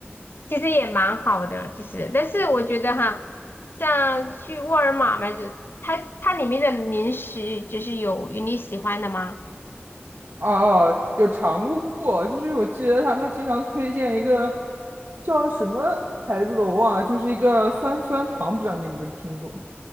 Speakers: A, on the left (about 55°); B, on the right (about 55°).
A: 其实也蛮好的，其实，但是我觉得哈，像去沃尔玛买这，它它里面的零食就是有有你喜欢的吗？
B: 哦哦，有尝过，就是我记得他们经常推荐一个叫什么牌子的，我忘了，就是一个酸酸糖，不知道你有没有听过？